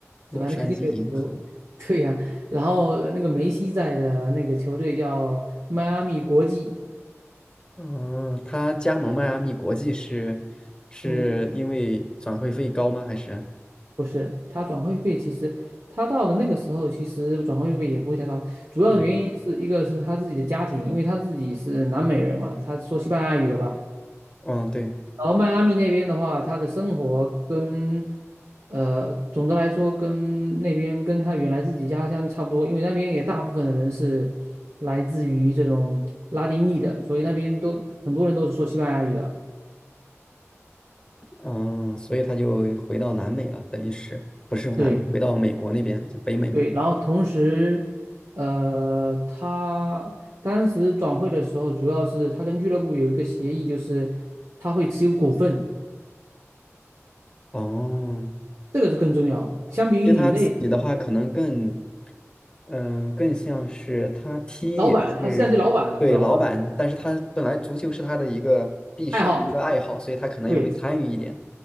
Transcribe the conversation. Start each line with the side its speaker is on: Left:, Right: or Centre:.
Left: 洛杉矶银河。
Right: 对吧？你肯定没有听说 <laughs> 对呀、然后那个梅西在的那个球队叫迈阿密国际，
Left: 嗯，他加盟迈阿密国际是是因为转会费高吗？
Right: 嗯，
Left: 还是
Right: 不是，他转会费其实他到的那个时候，其实转会费也不会太高，主要原因是一个是他自己的家庭，
Left: 嗯
Right: 因为他自己是南美人嘛，他说西班牙语的吧。
Left: 嗯对
Right: 然后迈阿密那边的话，他的生活跟呃，总的来说跟那边跟他原来自己家乡差不多，因为那边也大部分的人是来自于这种拉丁裔的，所以那边都很多人都是说西班牙语的。
Left: 嗯，所以他就回到南美了，等于是不是说南美，
Right: 对
Left: 回到美国那边就北美嘛。
Right: 对，然后同时，呃，他当时转会的时候，主要是他跟俱乐部有一个协议，就是他会持有股份，
Left: 哦，
Right: 这个是更重要的。相比于你那
Left: 其实他自己的话可能更嗯、更像是他踢也是对老板，
Right: 老板，他实际上是老板了，知道吧？
Left: 但是他本来足球是他的一个毕生的一个爱好，
Right: 爱好。
Left: 所以他可能也会参与一点。
Right: 对